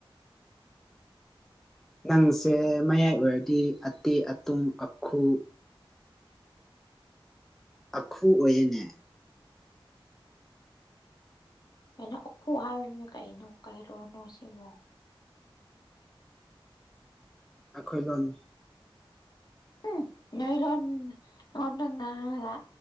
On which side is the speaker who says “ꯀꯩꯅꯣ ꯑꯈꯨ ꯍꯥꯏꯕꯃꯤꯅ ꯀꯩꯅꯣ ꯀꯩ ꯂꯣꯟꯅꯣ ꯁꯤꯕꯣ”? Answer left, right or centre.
Left